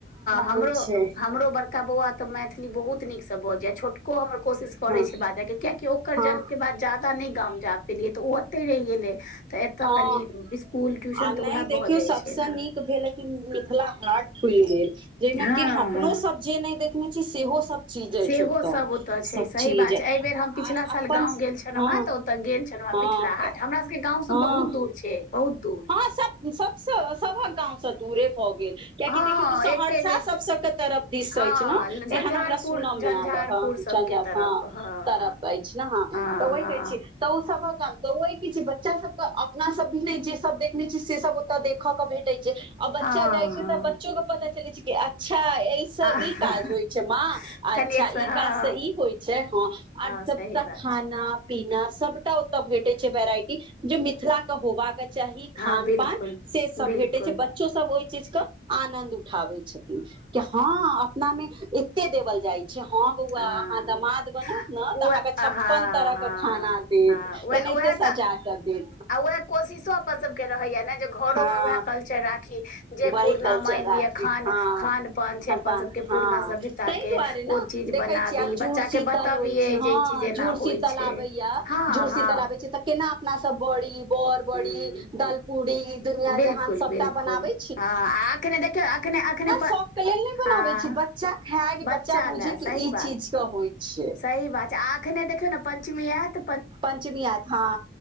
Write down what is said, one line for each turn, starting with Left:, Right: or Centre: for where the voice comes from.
Left: हमरो
Right: होइ छै
Left: हमरो बड़का बौआ तऽ मैथिली बहुत नीकसँ ब जाय छोटको हमर कोशिश करै
Right: हँ
Left: छै बाजयके कियैकि ओकर
Right: हँ
Left: जन्म के बाद जा नइ गाम जा पेलै त ओ कते रहि गेलै तऽ एतय
Right: हँ
Left: कनी स्कुल ट्यूशन
Right: आ नहि
Left: तऽ उएह
Right: देखियौ
Left: भऽ जाइ
Right: सभसँ
Left: छै ने
Right: नीक भेल है कि मिथिला हाट खुल गेल जइमे
Left: हँ
Right: कि अपनो
Left: हँ
Right: सब जे नइ देखने छी सेहो सब चीज
Left: सेहो
Right: अछि ओतऽ
Left: सब ओतय छै
Right: सब
Left: सही
Right: चीज
Left: बात छै एहि बेर हम पिछला
Right: अपन
Left: साल गाँव गेल छलहुँ
Right: हँ
Left: हेँ तऽ तऽ गेल छलौ हेँ
Right: हँ
Left: मिथिला हाट हमरा सबके गाँं
Right: हँ
Left: से बहुत दूर छै बहुत दूर
Right: हँ सब सबसँ सबक गाँंव से दूरे भऽ गेल कियेकि
Left: हँ
Right: देखियऔ ओ सहरसा
Left: एके बेर
Right: सब सब के तरफ दिस
Left: हँ
Right: अछि ने
Left: झंझारपुर
Right: एहन हमरा सुनऽ
Left: झंझारपुर
Right: मे आल ह
Left: सभके तरफ
Right: ह
Left: हँ
Right: तर
Left: हँ
Right: अछि ने ह
Left: हँ
Right: तऽ ओहि
Left: हँ
Right: कहै छी तऽ ओ सभक काम तऽ ओ की छै बच्चा सब के अपना सब भी नइ छै सब देखने छी से सब ओत देख के भेटय छै आ बच्चा
Left: हँ
Right: जाइ छै तऽ बच्चो के पता चलै छै अच्छा ई से
Left: हँ
Right: ई काज होइ छै माँ अच्छा
Left: कनिक
Right: ई
Left: हँ
Right: काज से ई होइ छै हँ आर
Left: सही
Right: जब तक
Left: बात
Right: खाना
Left: छै
Right: पीना सबटा ओतऽ भेटय छै वेराइटी जे मिथिला के होबाक चाही खान
Left: हँ बिलकुल
Right: पान से सब
Left: बिलकुल
Right: भेटै छै बच बच्चो सब ओहि चीज के आनन्द उठाबै छथिन कि हँ अपना में देवल जाइ हँ बौआ
Left: हँ
Right: अहाँ दमाद बनत ने तऽ
Left: उएह
Right: अहाँके
Left: हँ
Right: छप्पन तरह
Left: हँ
Right: के खाना देत
Left: हँ उएह
Right: ए नहि
Left: उएह
Right: त सजा
Left: तऽ
Right: कर दे
Left: आ उएह कोशिशो अपन सभके रहैया ने जे घरोमे
Right: हँ
Left: उएह कलचर राखी जे
Right: वही
Left: पुरना
Right: कल्चर
Left: मान
Right: आथि
Left: लिअ खान
Right: हँ
Left: खान पान छै
Right: खान
Left: अपन सबके
Right: हँ
Left: पुरना सभ्यता
Right: ताहि
Left: के
Right: दुआरे ने
Left: ओ चीज
Right: देखै
Left: बनाबी
Right: छियै आब जुड़
Left: बच्चा
Right: शीतल
Left: के बतबियै
Right: होइ छै हँ
Left: जे ई चीज एना
Right: जुड़ शीतल
Left: होइ छै
Right: आबैया
Left: हँ
Right: जुड़ शीतल
Left: हँ
Right: आबै छै तऽ केना अपना सब बड़ी बड़ बड़ी
Left: हूँ
Right: दाल पूड़ी इ दुनिया
Left: बिल्कुल
Right: जहान सबटा
Left: बिल्कुल
Right: बनाबी
Left: हँ अखने देखियौ अखने अखने प
Right: शौक के लेल नहि बनाबै
Left: हँ
Right: छी बच्चा खाय
Left: बच्चा
Right: बुझे
Left: ले सही
Right: कि ई
Left: बात
Right: चीज होइ छै
Left: सही बात छै अखने देखियौ ने पञ्चमी एयत
Right: पञ्चमी एत हँ